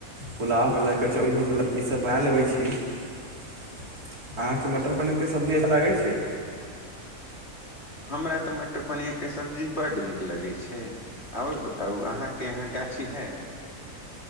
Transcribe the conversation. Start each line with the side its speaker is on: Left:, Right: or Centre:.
Right: पुलाव हो गेलै कचौड़ी हो गेलै ईसभ बना लेबै छी अहाँके मटर पनीरके सब्जी अच्छा लागै छै
Left: हमरा तऽ मटर पनीरके सब्जी बड्ड नीक लगैत छै आओर बताउ अहाँके यहाँ गाछी हए